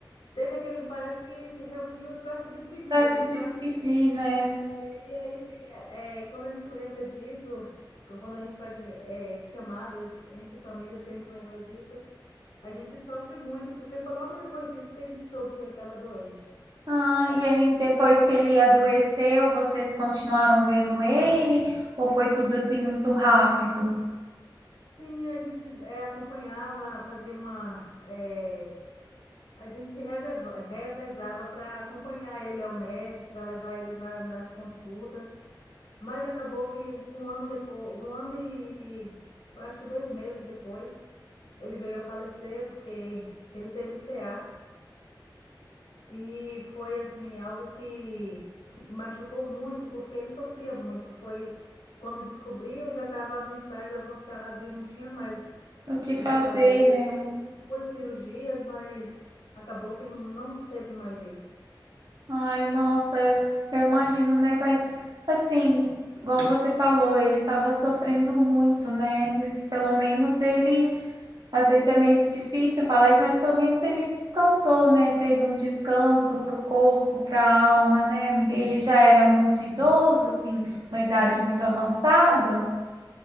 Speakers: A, on the left; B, on the right.
A: teve aquele, parece que se reuniu para se despedir
B: Pra
A: dele,
B: se
A: sabe?
B: despedir, né?
A: E aí fica, é, quando a gente lembra disso, quando a gente faz é, chamadas entre famílias que a gente lembra disso, a gente sofre muito, porque foi logo depois disso que a gente soube que ele estava doente.
B: Ah, e aí depois que ele adoeceu, vocês continuaram vendo ele ou foi tudo assim muito rápido?
A: Sim, a gente é, acompanhava, fazia uma. é, a gente se reserva, revezava para acompanhar ele ao médico, para levar eles na- nas consultas, mas acabou que com um ano depois, um ano e e eu acho que dois meses depois, ele veio a falecer porque ele teve CA. E foi assim, algo que, que machucou muito, porque ele sofria muito. Foi quando descobriu, já estava no estágio avançado e não tinha mais
B: O que fazer,
A: o que fazer. Ele
B: né?
A: passou por duas cirurgias, mas acabou que não teve mais jeito.
B: Ai, nossa, eu imagino, né? Mas assim, igual você falou, ele estava sofrendo muito, né? Pelo menos ele, às vezes é meio difícil falar isso, mas pelo menos ele descansou, né? Teve um descanso para o corpo, para a alma, né, amiga? Ele já era muito idoso, assim, uma idade muito avançada.